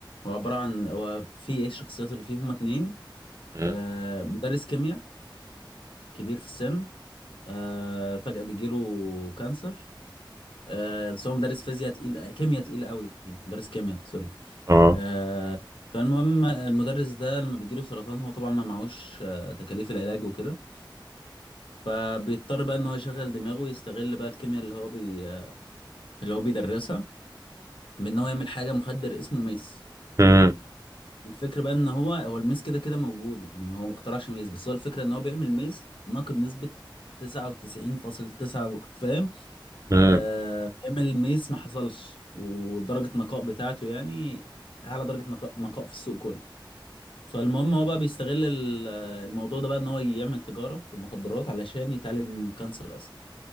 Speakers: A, on the left (about 85°); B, on the right (about 40°).
A: هو عبارة عن هو في إيه الشخصيات اللي فيه هما اتنين
B: امم
A: آه مدرس كيمياء كبير في السن آه فجأة بيجيله كانسر آه بس هو مدرس فيزياء تقيل كيمياء تقيل قوي مدرس كيمياء سوري
B: اه
A: آه فالمهم المدرس ده لما بيجيله سرطان هو طبعا ما معهوش آه، تكاليف العلاج وكده فبيضطر بقى ان هو يشغل دماغه ويستغل بقى الكيمياء اللي هو بي... اللي هو بيدرسها بان هو يعمل حاجه مخدر اسمه ميس
B: امم
A: الفكره بقى ان هو هو الميس كده كده موجود يعني هو ما اخترعش ميس بس هو الفكره ان هو بيعمل ميس ناقي بنسبه 99.9 فاهم
B: امم
A: آه بيعمل ميس ما حصلش ودرجه النقاء بتاعته يعني اعلى درجه نقاء, نقاء في السوق كله فالمهم هو بقى بيستغل ال- الموضوع ده بقى ان هو يعمل تجاره في المخدرات علشان يتعالج من الكانسر اصلا